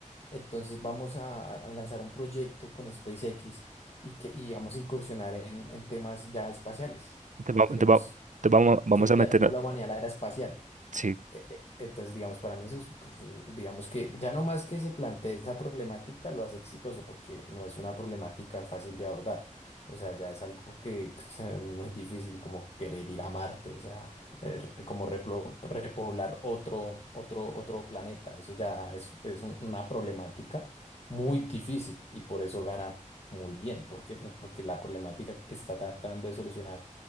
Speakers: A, on the left; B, on the right.
A: Entonces vamos a, a lanzar un proyecto con SpaceX y, que, y vamos a incursionar en, en temas ya espaciales.
B: Te va-
A: Queremos
B: te va- te vamos, vamos
A: quiere
B: a
A: llevar
B: meter.
A: como la humanidad a la era espacial.
B: Sí.
A: E- e- Entonces, digamos, para mí eso es, pues, digamos que ya no más que se plantee esa problemática, lo hace exitoso, porque no es una problemática fácil de abordar. O sea, ya es algo que pues, <laughs> es muy difícil, como querer ir a Marte, o sea, eh, re- como replo- repoblar otro, otro, otro planeta. Eso ya es, es un- una problemática muy difícil y por eso gana muy bien. ¿Por qué? Pues porque la problemática que está tratando de solucionar,